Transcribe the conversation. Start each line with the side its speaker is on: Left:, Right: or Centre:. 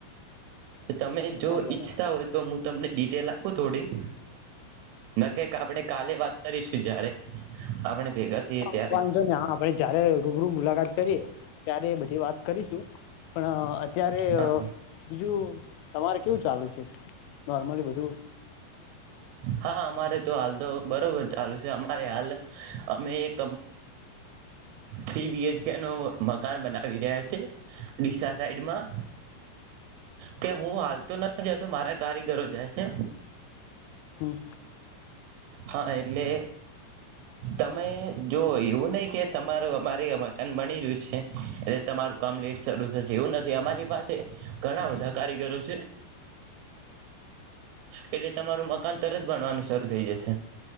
Right: તમે જો
Left: હા બરાબર
Right: ઈચ્છતા હોય તમનેિટેલ આપું થોડી કક આપણે કાલે વાત કરીશું જારે આપણે ભેગા થઈએ
Left: હ
Right: ત્યારે.
Left: વાંધો ને હા આપે જયારે રૂબરૂ મુલાકાત કરીએ ત્યારે બધી વાત કરીશું પણ અત્યારે
Right: હા
Left: બીજું તમારે કેવું ચાલુ છે નોર્મલી બધું
Right: હા અમારે તો હાલ તો બરોબર ચાલુ છે અમારે હાલ અમે એક થ બીએચકે નું મકાન બનાવી રહ્યા છે ઓડિશસા સાઈડમાં ત્યા હું હાલ તો ના જ તો મારા કારીગરો જાય છે
Left: હમ
Right: હા એટલે તમે જો એવું નહ કે તમાર અમારે મકાન બની ગયું છે એટલે તમારું કામ લેટ ચાલુ છે થ એવું નથી અમારી પાસે ઘણા બધા કારીગરો છે એટલે તમારું મકાન તરત બણવાનું શરૂ થઈ જશે